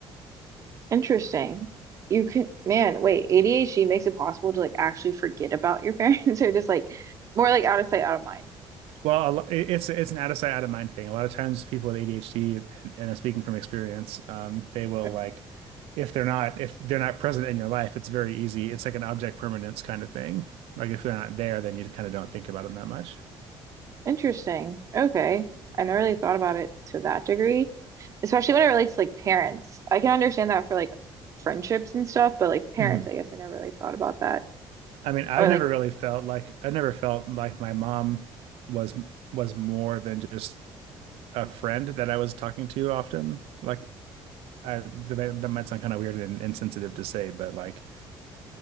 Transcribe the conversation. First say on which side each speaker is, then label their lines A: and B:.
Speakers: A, on the right (about 35°); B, on the right (about 90°).
A: Interesting. You can, man, wait, ADHD makes it possible to like actually forget about your parents <laughs> or just like more like out of sight, out of mind.
B: Well, a lo- it- it's it's an out of sight, out of mind thing. A lot of times, people with ADHD, and and I'm speaking from experience, um, they will
A: Okay.
B: like, if they're not if they're not present in your life, it's very easy. It's like an object permanence kind of thing. Like if they're not there, then you kind of don't think about them that much.
A: Interesting. Okay. I never really thought about it to that degree, especially when it relates to like parents. I can understand that for like friendships and stuff, but like parents,
B: Mhm.
A: I guess I never really thought about that.
B: I mean, I've
A: Or
B: never
A: like
B: really felt like i never felt like my mom was was more than just a friend that I was talking to often. Like I, that might that might sound kind of weird and insensitive to say, but like.